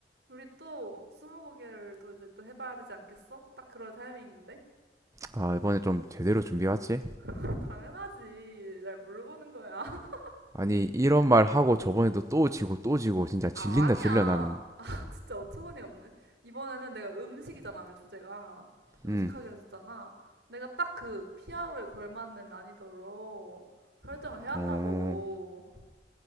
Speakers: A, on the right; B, on the right.
A: 우리 또 스무고개를 또 이제 또 해봐야 되지 않겠어? 딱 그럴 타이밍인데?
B: 아, 이번에 좀 제대로 준비해왔지?
A: <laughs> 당연하지. 날 물어보는 거야. <laughs>
B: 아니, 이런 말 하고 저번에도 또 지고 또 지고 진짜 질린다
A: 아, 아니야.
B: 질려 나는.
A: <laughs> 진짜 어처구니가 없네. 이번에는 내가 음식이잖아, 우리 주제가. 음식하기로
B: 음.
A: 했었잖아. 내가 딱 그 피아로에 걸맞는 난이도로 설정을 해왔다고.
B: 어.